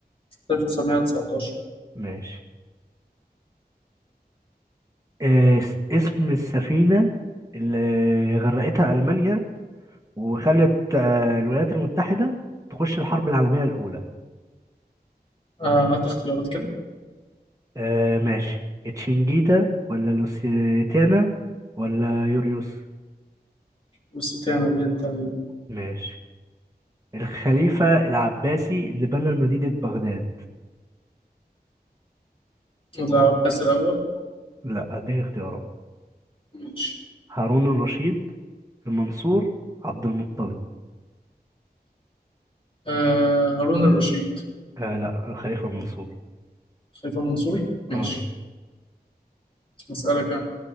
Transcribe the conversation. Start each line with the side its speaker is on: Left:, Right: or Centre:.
Left: 1919
Right: ماشي آه اس- اسم السفينة اللي غرقتها ألمانيا وخلت آه الولايات المتحدة تخش الحرب العالمية الأولى
Left: آه هات اختيارات كده
Right: آه ماشي تشنجيتا ولا لوسيتانا ولا يوريوس
Left: والستانة دي التانية
Right: ماشي الخليفة العباسي اللي بنى مدينة بغداد
Left: وده عباس الأول
Right: لا اديك اختيارات
Left: ماشي
Right: هارون الرشيد المنصور عبد المطلب
Left: آه هارون الرشيد
Right: آه لا الخليفة منصور
Left: خليفة منصوري
Right: اه
Left: ماشي هسألك أنا